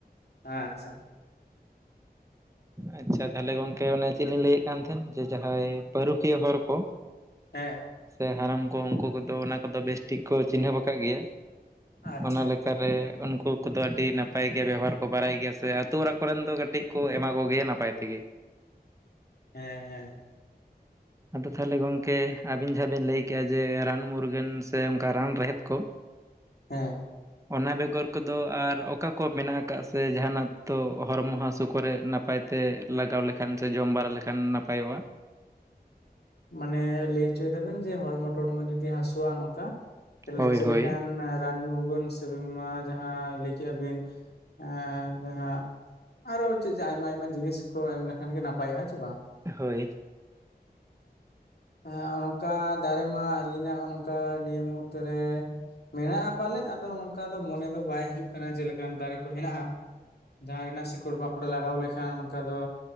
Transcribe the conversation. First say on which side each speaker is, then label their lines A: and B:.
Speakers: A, on the left; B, on the right.
A: ᱟᱪᱪᱷᱟ᱾
B: ᱟᱪᱪᱷᱟ ᱛᱟᱦᱚᱞᱮ ᱜᱚᱝᱠᱮ, ᱚᱱᱮ ᱪᱮᱫ ᱞᱤᱧ ᱞᱟᱹᱭᱮᱫ ᱠᱟᱱ ᱛᱟᱦᱮᱱ, ᱡᱮ ᱡᱟᱦᱟᱸᱭ ᱯᱟᱹᱨᱩᱠᱷᱤᱭᱟᱹ ᱦᱚᱨ ᱠᱚ ᱾
A: ᱦᱮᱸ᱾
B: ᱥᱮ ᱦᱟᱨᱟᱢ ᱠᱚ ᱩᱱᱠᱩ ᱠᱚᱫᱚ ᱚᱱᱟ ᱠᱚᱫᱚ ᱵᱮᱥᱴᱷᱤᱠ ᱠᱚ ᱪᱤᱱᱦᱟᱹᱯ ᱟᱠᱟᱫ ᱜᱮᱭᱟ ᱾
A: ᱟᱪᱪᱷᱟ
B: ᱚᱱᱟ ᱞᱮᱠ ᱠᱟᱨ ᱨᱮ ᱩᱱᱠᱩ ᱠᱚᱫᱚ ᱟᱹᱰᱤ ᱱᱟᱯᱟᱭ ᱜᱮ ᱵᱮᱵᱚᱦᱟᱨ ᱠᱚ ᱵᱟᱲᱟᱭ ᱜᱮᱭᱟ ᱥᱮ ᱟᱹᱛᱩ ᱚᱲᱟᱜ ᱠᱚᱨᱮᱱ ᱫᱚ ᱠᱟᱹᱴᱤᱡ ᱠᱚ ᱮᱢᱟ ᱠᱚᱣᱟ ᱾ ᱠᱚᱜᱮᱭᱟ ᱱᱟᱯᱟᱭ ᱛᱮᱜᱮ ᱾
A: ᱦᱮᱸ ᱦᱮᱸ ᱾
B: ᱟᱫᱚ ᱛᱟᱦᱚᱞᱮ ᱜᱚᱝᱠᱮ, ᱟᱵᱤᱱ ᱡᱟᱦᱟᱸ ᱵᱤᱱ ᱞᱟᱹᱭ ᱠᱮᱜ-ᱟ ᱡᱮ ᱨᱟᱱ ᱢᱩᱨᱜᱟᱹᱱ ᱾ ᱥᱮ ᱚᱝᱠᱟ ᱨᱟᱱ ᱨᱮᱦᱮᱫ ᱠᱚ ᱾
A: ᱦᱮᱸ
B: ᱚᱱᱟ ᱵᱮᱜᱚᱨ ᱠᱚᱫᱚ ᱟᱨ ᱚᱠᱟ ᱠᱚ ᱢᱮᱱᱟᱜ ᱟᱠᱟᱜ ᱥᱮ ᱡᱟᱦᱟᱱᱟᱜ ᱛᱚ ᱦᱚᱨᱢᱚ ᱦᱟᱥᱩ ᱠᱚᱨᱮ ᱱᱟᱯᱟᱭ ᱛᱮ ᱞᱟᱜᱟᱣ ᱞᱮᱠᱷᱟᱱ ᱥᱮ ᱡᱚᱢ ᱵᱟᱨᱟ ᱞᱮᱠᱷᱟᱱ ᱱᱟᱯᱟᱭᱚᱜ-ᱟ?
A: ᱢᱟᱱᱮ ᱞᱟᱹᱭ ᱦᱚᱪᱚᱭ ᱫᱟᱵᱮᱱ ᱡᱮ, ᱦᱚᱲᱢᱚ ᱴᱚᱲᱢᱚ ᱡᱩᱫᱤ ᱦᱟᱹᱥᱩᱣᱟ ᱱᱚᱝᱠᱟ ᱛᱟᱦᱚᱞᱮ
B: ᱦᱳᱭ
A: ᱪᱮᱫ
B: ᱦᱳᱭ
A: ᱞᱮᱠᱟᱱ ᱨᱟᱱ ᱢᱩᱨᱜᱳᱱ ᱥᱮ ᱵᱤᱢᱟᱨ ᱡᱟᱦᱟᱸ ᱞᱟᱹᱭ ᱠᱮᱜ-ᱟ ᱵᱤᱱ, ᱮ ᱡᱟᱦᱟᱸ ᱟᱨᱚ ᱪᱮᱫ ᱪᱚ ᱟᱭᱢᱟ ᱟᱭᱢᱟ ᱡᱤᱱᱤᱥ ᱠᱚ ᱮᱢ ᱞᱮᱠᱷᱟᱱ ᱜᱮ ᱱᱟᱯᱟᱭᱚᱜ-ᱟ, ᱦᱮᱸ ᱪᱮ ᱵᱟᱝ?
B: ᱦᱳᱭ ᱾
A: ᱦᱮᱸ ᱟᱨ ᱚᱝᱠᱟ ᱫᱟᱨᱮ ᱢᱟ ᱟᱹᱞᱤᱧᱟᱜ ᱚᱱ ᱚᱱᱠᱟ ᱱᱤᱭᱟᱹ ᱢᱩᱦᱩᱨᱛᱚ ᱨᱮ ᱢᱮᱱᱟᱜ-ᱟ ᱯᱟᱞᱮᱫ ᱟᱫᱚ ᱱᱚᱝᱠᱟ ᱫᱚ ᱢᱚᱱᱮ ᱫᱚ ᱵᱟᱭ ᱦᱤᱡᱩᱜ ᱠᱟᱱᱟ ᱪᱮᱫ ᱞᱮᱠᱟᱱ ᱫᱟᱨᱮ ᱠᱚ ᱦᱮᱱᱟᱜ-ᱟ ᱾ ᱡᱟᱦᱟᱸ ᱨᱮᱱᱟᱜ ᱥᱤᱠᱚᱲ ᱵᱟᱠᱚᱲ ᱮ ᱞᱟᱜᱟᱣ ᱞᱮᱠᱷᱟᱱ ᱚᱱᱠᱟ ᱫᱚ